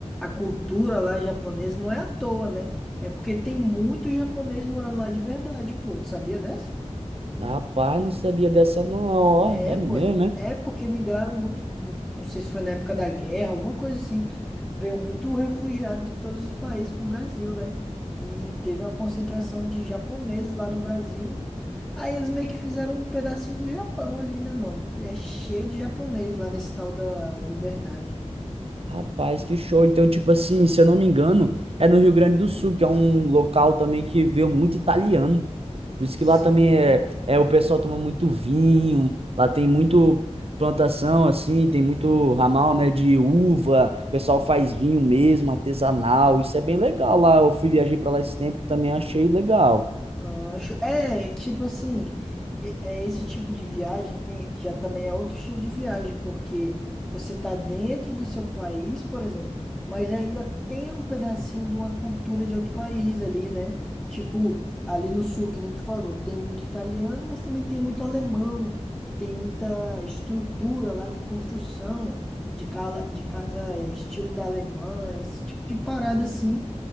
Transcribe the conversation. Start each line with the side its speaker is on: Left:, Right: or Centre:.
Centre: a cultura lá japonesa não é à toa, né? É porque tem muito japonês morando lá de verdade, pô. Tu sabia dessa?
Right: Rapaz, não sabia dessa não, ó,
Centre: É,
Right: é
Centre: pô.
Right: mesmo, né?
Centre: É porque migraram muito, hum, não sei se foi na época da guerra, alguma coisa assim. Veio muito refugiado de todos os países pro Brasil, né? E teve uma concentração de japoneses lá no Brasil. Aí eles meio que fizeram um pedacinho do Japão ali, né, mano? É cheio de japonês lá nesse tal da Liberdade.
Right: Rapaz, que show. Então, tipo assim, se eu não me engano, é no Rio Grande do Sul, que é um local também que veio muito italiano. Por isso que
Centre: Sim,
Right: lá também é, é o pessoal toma muito vinho, lá tem muito plantação assim, tem muito ramal, né, de uva, o pessoal faz vinho mesmo, artesanal, isso é bem legal lá. Eu fui viajar para lá esse tempo, também achei legal.
Centre: Ancho. É, tipo assim, e- é esse tipo de viagem tem, já também é outro estilo de viagem, porque você tá dentro do seu país, por exemplo, mas ainda tem um pedacinho de uma cultura de outro país ali, né? Tipo, ali no sul, que nem tu falou, tem muito italiano, mas também tem muito alemão, tem muita estrutura lá de construção, de, cala, de casa é, estilo da Alemanha, esse tipo de parada assim.